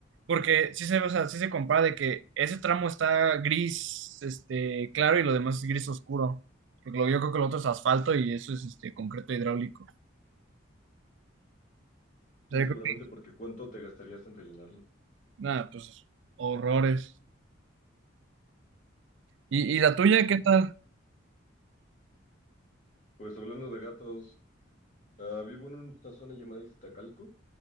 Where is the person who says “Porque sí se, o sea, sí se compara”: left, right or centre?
Right